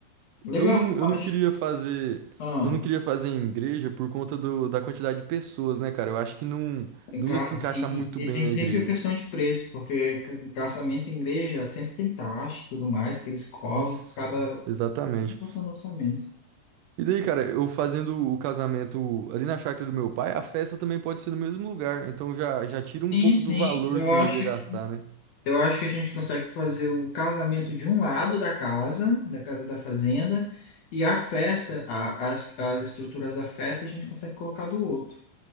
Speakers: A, on the left; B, on the right.
A: Legal,
B: Eu não, eu
A: eu
B: não
A: acho.
B: queria fazer,
A: Ah,
B: eu não queria fazer em igreja por conta do, da quantidade de pessoas, né, cara? Eu acho que não, não
A: ca-
B: ia se encaixar
A: e,
B: muito
A: e
B: bem
A: tem
B: na
A: sempre
B: igreja.
A: a questão de preço, porque ca- casamento em igreja sempre tem taxa e tudo mais que eles cobram,
B: Isso,
A: que acaba
B: exatamente.
A: passando orçamento.
B: E daí, cara, eu fazendo o casamento ali na chácara do meu pai, a festa também pode ser no mesmo lugar. Então já, já tira um
A: Sim,
B: pouco
A: sim,
B: do valor
A: eu
B: que
A: acho
B: eu iria gastar,
A: que
B: né?
A: eu acho que a gente consegue fazer o casamento de um lado da casa, da casa da fazenda, e a festa, a- as, as estruturas da festa a gente consegue colocar do outro.